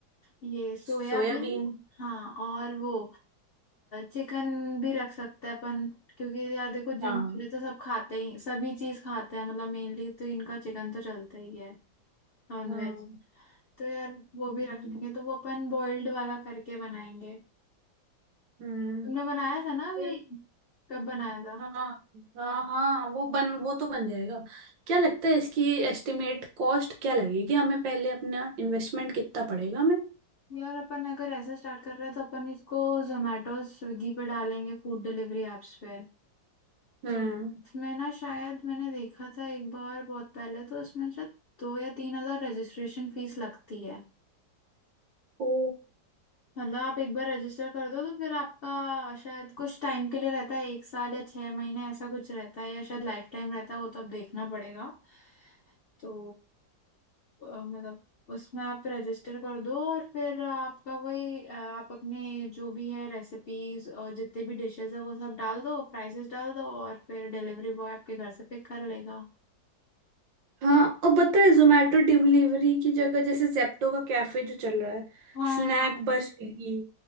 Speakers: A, on the left; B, on the right.
A: ये सोयाबीन
B: सोयाबीन
A: हाँ और वो चिकन भी रख सकते हैं अपन क्योंकि यार देखो जिम
B: हाँ
A: वाले तो सब खाते ही सभी चीज खाते हैं मतलब मेनली तो इनका चिकन तो चलता ही है Non
B: हाँ
A: veg तो यार वो
B: हम्म
A: भी रख लेंगे तो वो अपन बॉइल्ड वाला करके बनाएंगे
B: हम्म,
A: तुमने बनाया था ना अभी
B: फिर-
A: कब बनाया था
B: हाँ हाँ हाँ वो बन वो तो बन जाएगा क्या लगता है इसकी एस्टिमेट कॉस्ट क्या लगेगी हमें पहले अपना इन्वेस्टमेंट कितना पड़ेगा हमें
A: यार अपन अगर ऐसा स्टार्ट कर रहे हैं तो अपन इसको जोमेटो स्विगी पे डालेंगे फूड डिलीवरी एप्स पे
B: हम्म
A: तो उसमें ना शायद मैंने देखा था एक बार बहुत पहले तो उसमें शायद दो या तीन हजार रजिस्ट्रेशन फीस लगती है
B: ओ
A: मतलब आप एक बार रजिस्टर कर दो तो फिर आपका शायद कुछ टाइम के लिए रहता है एक साल या छह महीने ऐसा कुछ रहता है या शायद लाइफ टाइम रहता है वो तो अब देखना पड़ेगा तो अ, मतलब उसमें आप रजिस्टर कर दो और फिर आपका वही अ, आप अपने जो भी है रेसिपीज और जितने भी डिशेस है वो सब डाल दो प्राइसेस डाल दो और फिर डिलीवरी बॉय आपके घर से पिक कर लेगा
B: हाँ और पता है जोमेटो डिलीवरी की जगह जैसे जेप्टो का कैफे जो चल रहा है
A: हाँ
B: स्नैक बाय स्विगी